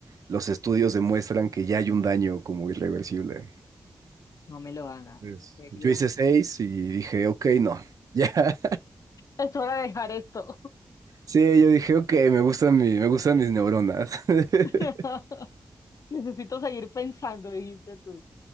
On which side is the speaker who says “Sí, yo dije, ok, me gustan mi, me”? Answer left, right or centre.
Right